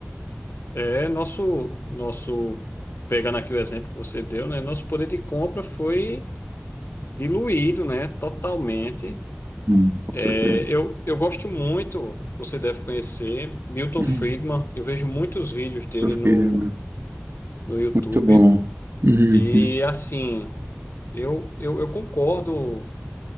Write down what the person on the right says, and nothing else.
Hum, com
certeza.
Uhum.
Perfeito,
irmão.
Muito bom. Uhum.